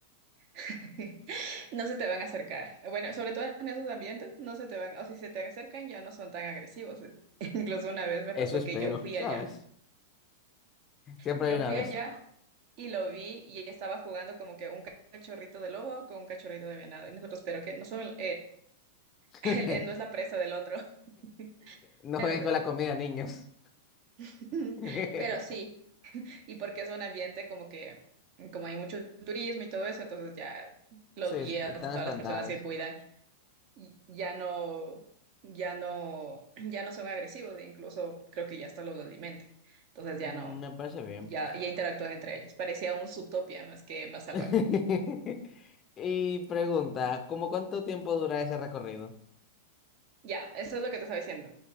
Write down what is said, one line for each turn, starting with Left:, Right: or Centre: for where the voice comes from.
Right: <laughs> No se te van a acercar. Bueno, sobre todo en esos ambientes, no se te van, o si se te acercan, ya no son tan agresivos. <laughs> Incluso una vez me
Left: Eso
Right: pasó
Left: espero,
Right: que yo fui
Left: ¿sabes?
Right: allá.
Left: Siempre
Right: Yo
Left: hay una
Right: fui
Left: vez.
Right: allá y lo vi y estaba jugando como que un cachorrito de lobo con un cachorrito de venado. Y nosotros, pero que no son el,
Left: <laughs>
Right: <laughs> el- el- no es la presa del otro, <laughs>
Left: No
Right: pero
Left: jueguen
Right: se
Left: con
Right: dio.
Left: la comida, niños.
Right: <laughs>
Left: <laughs>
Right: Pero sí, y porque es un ambiente como que, como hay mucho turismo y todo eso, entonces ya los
Left: Sí,
Right: guías
Left: están
Right: y todas
Left: espantados.
Right: las personas que cuidan y ya no, ya no, <clears throat> ya no son agresivos e incluso creo que ya hasta los alimentan. Entonces ya
Left: Mm,
Right: no,
Left: Me parece bien.
Right: ya, ya interactúan entre ellos. Parecía un Zootopia más que más salvaje.
Left: <laughs> Y pregunta, ¿cómo cuánto tiempo dura ese recorrido?
Right: Ya, eso es lo que te estaba diciendo.